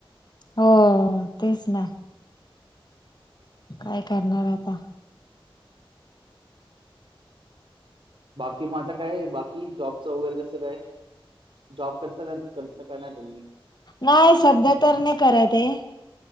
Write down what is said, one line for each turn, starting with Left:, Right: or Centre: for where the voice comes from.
Left: हो तेच ना. काय करणार आता?
Right: बाकी माझ काय बाकी. कि जॉबचं वगैरे कसं काय जॉब करता करता का नाही तुम्ही?
Left: नाही
Right: आता
Left: सध्या तर नाही करत आहे.